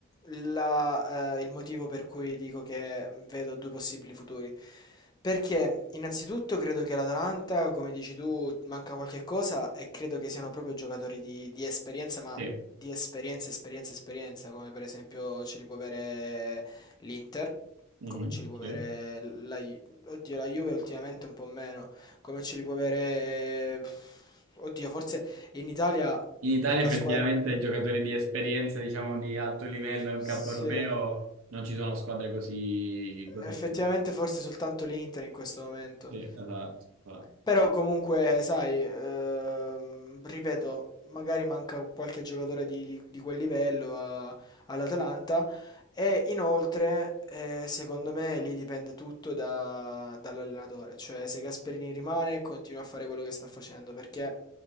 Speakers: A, on the left; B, on the right.
A: la, eh, il motivo per cui dico che vedo due possibili futuri. Perché innanzitutto credo che l'Atalanta, come dici tu, manca qualche cosa e credo che siano proprio giocatori di, di esperienza, ma
B: Sì,
A: di esperienza, esperienza, esperienza, come per esempio ce li può avere l'Inter,
B: mhm,
A: come ce li può
B: sì.
A: avere la, Ju- oddio, la Juve ultimamente un po' meno, come ce li può avere, pff, oddio, forse in Italia
B: In Italia
A: la
B: effettivamente
A: squadra...
B: giocatori di esperienza, diciamo, di alto livello in
A: Sì.
B: campo europeo non ci sono squadre così, così.
A: Eh, Effettivamente
B: alte.
A: forse soltanto l'Inter in questo momento.
B: Sì, esatto, esatto.
A: Però comunque, sai, ehm, ripeto, magari manca qualche giocatore di, di- di quel livello a- all'Atalanta e inoltre, eh, secondo me, lì dipende tutto da- dall'allenatore. Cioè, se Gasperini rimane, continua a fare quello che sta facendo, perché